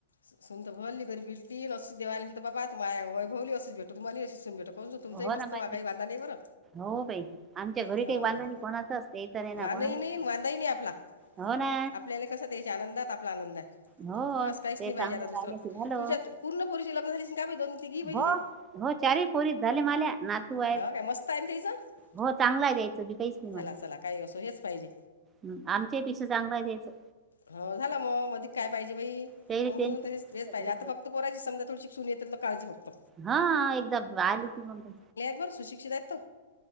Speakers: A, on the left (about 70°); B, on the right (about 20°).
A: सूनत बोलली गरीब भेटली असं तर बोलली अस माय वैभव ला अशीच भेटू सून मलाही अशी भेटू काहून तुमचाही
B: हो
A: मस्त
B: ना मा
A: वा काही वांदा नाही बरं
B: हो बाई आमच्या घरी
A: हो
B: काही बांधणी
A: हो
B: कोणाच असते याचा नाही ना
A: वानही
B: कोणाच
A: नाही
B: अस
A: न वांदाही नाही आपला
B: हो ना
A: आपल्याला कसं त्याच्या आनंदात आपला आनंद आहे,
B: हो
A: बस काहीच
B: ते
A: नाही
B: चांगलं
A: पाहिजे आता दुसरं
B: राहिले की झालं
A: तुमच्यात पूर्ण पोरींचे लग्न झाले काय बाई दोन तिघी बहिणीचे
B: हो हो चारी पोरीत झाले माल्या नात तू आहेत
A: हो काय मस्त आहे ना त्याचं
B: हो चांगला आहे त्यांचं त्यांचं काहीच नाही
A: झाला
B: मला
A: चला काही असो हेच पाहिजे
B: हम आमच्या पेक्षा चांगला आहे त्यांचं
A: हो झाला मग मध काय पाहिजे बाई हुं,
B: त्याला टेन्शन
A: हुं, तेच हेच पाहिजे
B: घरी
A: आता फक्त पोरायची समजा थोडीशी सून यवस्तो काळजी फक्त
B: हा एकदा आली ती मग, काय
A: बर सुशिक्षित हाय तो.